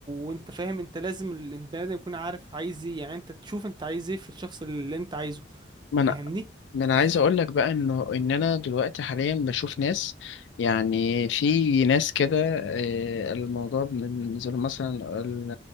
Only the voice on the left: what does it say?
وكذا
ما انا عايز اقول لك بقى انه ان انا دلوقتي حاليا بشوف ناس يعني في ناس كده آه، الموضوع بالنسبه لهم مثلا ال-